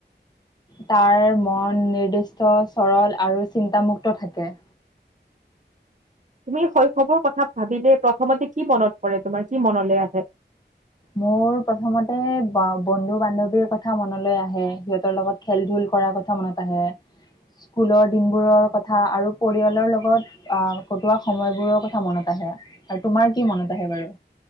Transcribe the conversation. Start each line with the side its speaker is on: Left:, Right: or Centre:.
Left: তাৰ মন নিৰ্দিষ্ট চৰল আৰু চিন্তামুক্ত থাকে।
Right: তুমি শৈশৱৰ কথা ভাবিলে প্ৰথমতে কি মনত পৰে, তোমাৰ কি মনলৈ আহে?
Left: মোৰ প্ৰথমতে বন্ধু-বান্ধৱীৰ কথা মনলৈ আহে, সিহঁতৰ লগত খেল-ধূল কৰাৰ কথা মনত আহে, স্কুলৰ দিনবোৰৰ কথা আৰু পৰিয়ালৰ লগত আহ কটোৱা সময়বোৰৰ কথা মনত আহে, আৰু তোমাৰ কি মনত আহে বাৰু?